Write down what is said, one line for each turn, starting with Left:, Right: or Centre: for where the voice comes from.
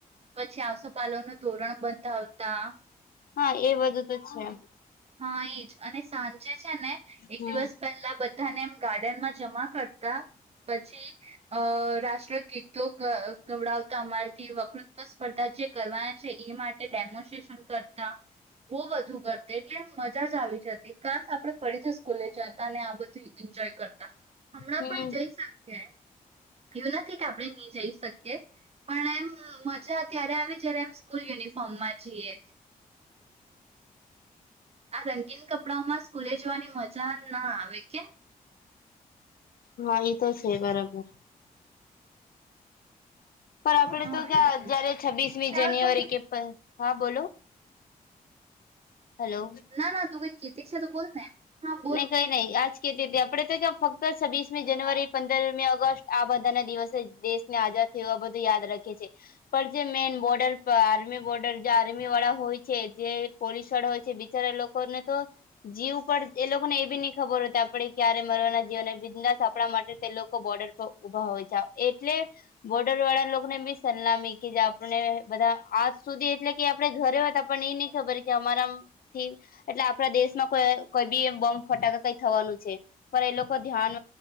Right: પછી આસોપાલો નું ધોરણ બંધ આવતા
Left: હા એ બધું તો છે
Right: હા એજ અને સાંજે છે ને એક
Left: હમ
Right: દિવસ પહેલા બધા બધાને એમ ગાર્ડનમાં જમા કરતા પછી અ રાષ્ટ્ર ગીતો ગવડાવતા અમારેથી વકૃત્વ સ્પર્ધા જે કરવાના છે એ માટે ડેમોસ્ટ્રેશન કરતા બહ બધું કરતા એટલે મજા જ આવી જ હતી ખાસ આપડે ફરીથી સ્કૂલે જતા અને આ બધું એન્જોય કરતા હમણાં
Left: હમ
Right: પણ જઈ શક્યે એવું નથી કે આપડણે નહી જઈ શકીએ પણ એમ મ મજા ત્યારે આવે જયારે એમ સ્કૂલ યનિફોર્મ માં જીએ આ રંગીન કપડાઓ માં સ્કૂલે જોવાની મ જાન ના આવે કેમ
Left: હ એ તો છે બરાબર પણ આપડે
Right: હા
Left: તો ક્યાંજ્યારે
Right: એજ
Left: છવ્વીસમી
Right: ચાલ
Left: જાન્યુઆરી
Right: તો
Left: કે પ હા બોલો હલો
Right: ના ના તું કઈ કીધું છે તો બોલ ને હા બોલ
Left: નહી કઈ નહી આજ આપડે તો કે ફક્ત છવ્વીસમી જાનુઆરી પંદરમી ઓગસ્ટ આ બધા ના દિવસે દેશને આઝાદ થય આ બધું યાદ રાખેી પણ જે મેન બોર્ડર પર આર્મી બોર્ડર જે આર્મી વાળા હોય છે જે પોલીસ હોય છે બિચારા લોકોને તો જીવ પણ એ લોકોને એ બી નહી ખબર હો આપણે ક્યારે મરવાના જીવને બિઝનેસ આપણા માટે તે લોકો બોર્ડર પર ઉભા હોય છે એટલે બોર્ડર વાળા લોકોને બી સલામી કે જે આપણે બધા આજ સુધી એટલે કે આપડે ઘરે હોય તો આપણને એ નહી ખબર કે અમારા થી એટ આપણા દેશમાં કો કોઈ બી બોમ્બ ફટાકા કઈ થવાનું છે પણ એ લોકો ધ્યાન